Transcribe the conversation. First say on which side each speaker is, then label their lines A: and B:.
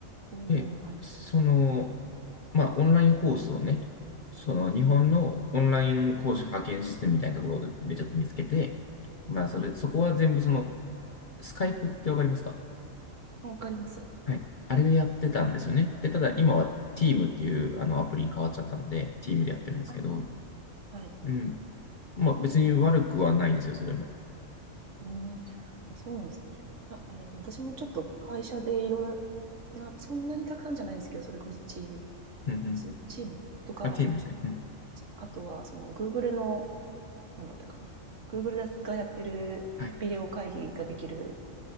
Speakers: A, on the right; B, on the left.
A: おー、
B: で、
A: はい。
B: その、まあ、オンラインコースをね、その日本のオンライン講師派遣システムみたいなところでちょっと見つけて、
A: はい。
B: まあ、それ、
A: はい。
B: そこは全部その、スカイプってわかりますか
A: あ、わかります。
B: はい。あれでやってたんですよね。で、ただ今は Team
A: うん。
B: っていうあのアプリに変わっちゃったので、Team でやってるんですけど、
A: ああ、はい。
B: うん。まあ、別に悪くはないですよ、
A: なるほど。
B: それも。
A: うーん。あ、そうなんです。いや、えっと、私もちょっと会社でいろんな、そんなにたくさんじゃないですけど、それこそチ
B: うんうん。
A: ームズ、チームとか、
B: あ、Team ですね。うん。
A: あとは、その、Google の、なんだったかな。Google がやってるビデオ会議ができる、
B: はい。